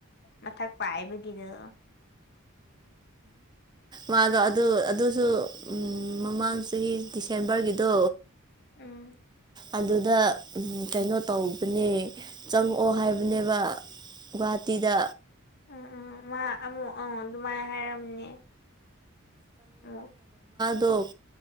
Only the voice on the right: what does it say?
ꯃꯥꯗꯣ ꯑꯗꯨ ꯑꯗꯨꯁꯨ ꯎꯝ ꯃꯃꯥꯡ ꯆꯍꯤ ꯗꯤꯁꯦꯝꯕꯔꯒꯤꯗꯣ
ꯑꯗꯨꯗ ꯀꯩꯅꯣ ꯇꯧꯕꯅꯦ ꯆꯪꯉꯛꯑꯣ ꯍꯥꯏꯕꯅꯦꯕ ꯒꯨꯍꯥꯇꯤꯗ
ꯑꯗꯣ